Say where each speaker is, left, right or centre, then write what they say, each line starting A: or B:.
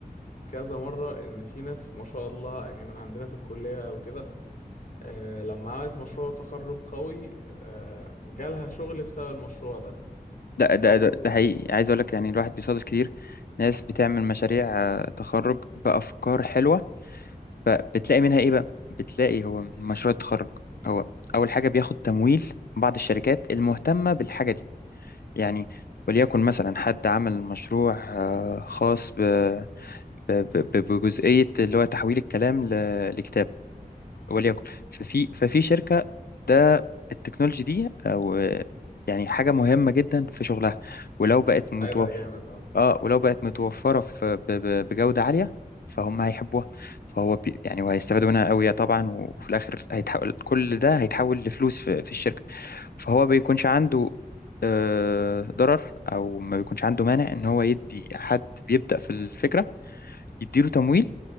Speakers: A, on the left; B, on the left.
A: كذا مرة إن في ناس ما شاء الله يعني من عندنا في الكلية أو كده آه لما عملت مشروع تخرج قوي آه جالها شغل بسبب المشروع ده
B: ده
A: إن
B: ده
A: هو
B: ده,
A: برضه
B: ده حقيقي عايز اقول لك يعني الواحد بيصادف كتير ناس بتعمل مشاريع آه، تخرج بافكار حلوه فبتلاقي منها ايه بقى بتلاقي هو من مشروع التخرج هو اول حاجه بياخد تمويل من بعض الشركات المهتمه بالحاجه دي يعني وليكن مثلا حد عمل مشروع آه، خاص ب- ب- ب- بجزئيه اللي هو تحويل الكلام ل- لكتاب وليكن ففي ففي شركة ده التكنولوجي دي او يعني حاجة مهمة جدا في شغلها ولو بقت
A: هتساعدها
B: متوفر
A: جامد اه
B: اه ولو بقت متوفرة في ب- ب- بجودة عالية فهم هيحبوها فهو بي يعني وهيستفادوا منها قوي طبعا وفي الاخر هيتحول كل ده هيتحول لفلوس في, في الشركة فهو بيكونش عنده آه، ضرر او ما بيكونش عنده مانع ان هو يدي حد بيبدأ في الفكرة يديله تمويل